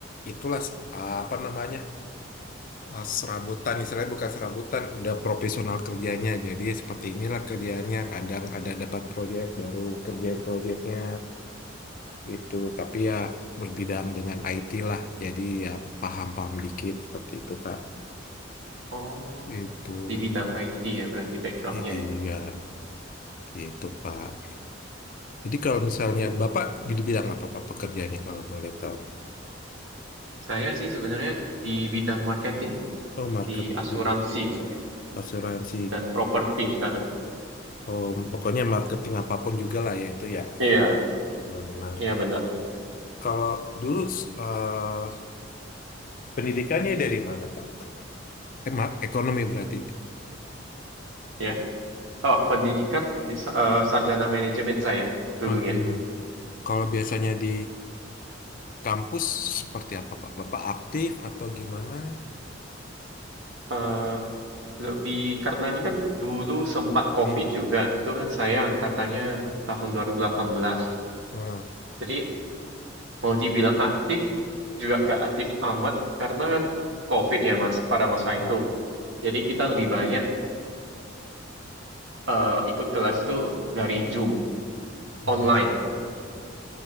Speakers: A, on the left; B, on the right.
A: itulah eh, apa namanya eh, serabutan, istilahnya bukan serabutan, udah profesional kerjanya. Jadi seperti inilah kerjanya. Kadang ada dapat proyek, baru kerjain proyeknya itu. Tapi ya berbidang dengan IT lah. Jadi ya paham-paham dikit seperti itu Pak.
B: Oh,
A: Itu
B: di bidang IT ya berarti backgroundnya.
A: I- iya gitu Pak. Jadi kalau misalnya
B: Iya.
A: Bapak di bidang apa Pak pekerjaannya kalau boleh tahu?
B: Saya sih sebenarnya di bidang marketing,
A: Oh marketing,
B: di asuransi saya,
A: asuransi.
B: dan properti sekarang.
A: Oh, pokoknya marketing apapun juga lah ya itu ya.
B: Iya,
A: Benar.
B: iya benar.
A: Kalau dulu eh, pendidikannya dari mana, Pak? Eh, ma- ekonomi berarti
B: Ya. Oh, pendidikan di, sa- eh, sarjana manajemen saya dulunya.
A: manajemen. Kalau biasanya di kampus seperti apa, Pak? Bapak aktif atau gimana?
B: Eh, lebih karena ini kan dulu sempat COVID
A: Hmm.
B: juga, itu kan saya angkatannya tahun 2018.
A: Hmm.
B: Jadi mau dibilang aktif juga gak aktif amat karena kan COVID ya mas pada masa
A: Ah.
B: itu. Jadi kita lebih banyak eh, ikut kelas itu dari Zoom.
A: hmm.
B: Online.